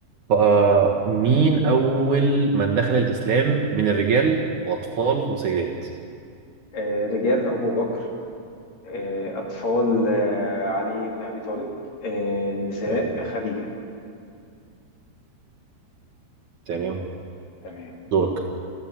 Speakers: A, on the right (about 55°); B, on the left (about 50°).
A: آه... مين أول من دخل الإسلام من الرجال وأطفال وسيدات
B: آه، رجال أبو بكر آه، أطفال آه، علي بن أبي طالب آه، نساء
A: تمام
B: خديجة
A: تمام
B: تمام
A: دورك